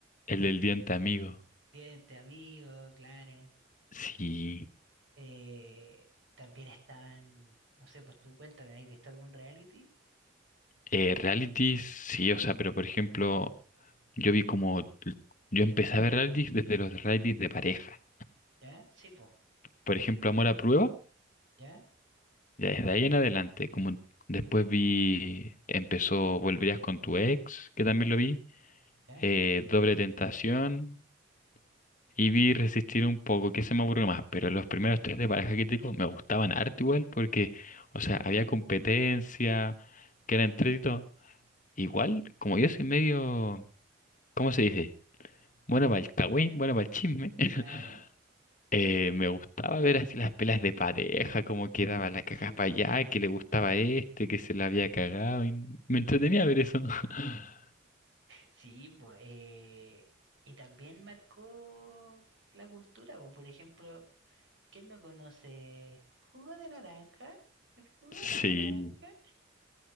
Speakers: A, on the left (about 40°); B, on the right (about 65°).
A: El del diente amigo.
B: Cliente, amigo, claro.
A: Sí.
B: Eh, también estaban, no sé, pues tú cuéntame, ¿has visto algún reality?
A: Eh, realities, sí, o sea, pero por ejemplo, yo vi como, yo empecé a ver realities desde los realities de pareja.
B: ¿Ya? Sí, pues.
A: Por ejemplo, Amor a Prueba,
B: ¿Ya?
A: ya desde ahí en adelante, como después vi, empezó Volverías con tu ex, que también lo vi,
B: ¿Ya?
A: eh, Doble Tentación, y vi Resistir un poco, que se me aburrió más, pero los primeros tres de pareja que te digo me gustaban harto igual, porque, o sea, había competencia, que era entretenido. Igual, como yo soy medio, ¿cómo se dice? Bueno, para el cagüín, bueno, para el chisme. <laughs>
B: Claro.
A: Eh, me gustaba ver así las pelas de pareja, cómo quedaba la caja
B: Sí.
A: para allá, que le gustaba a este, que se la había cagado. y me entretenía ver eso. <laughs>
B: Sí, pues. eh, y también marcó la cultura, pues Por ejemplo, ¿quién no conoce jugo de naranja? ¿El jugo
A: Sí,
B: de naranja?